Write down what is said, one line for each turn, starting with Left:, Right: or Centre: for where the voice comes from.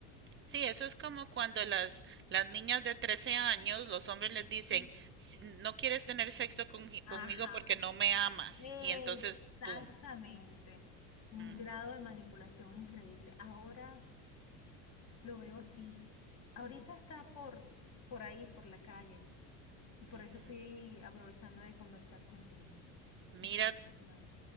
Right: Sí, eso es como cuando las, las niñas de 13 años, los hombres les dicen,
Left: Mm.
Right: "Si no quieres tener sexo con- conmigo
Left: Ajá,
Right: porque no me amas.
Left: exactamente.
Right: Y entonces, ¡boom!
Left: Un
Right: Ujú,
Left: grado de manipulación increíble. Ahora lo veo así. Ahorita está por, por ahí, por la calle. Y por
Right: ujú.
Left: eso estoy aprovechando de conversar contigo.
Right: Mira,
Left: Me siento mal.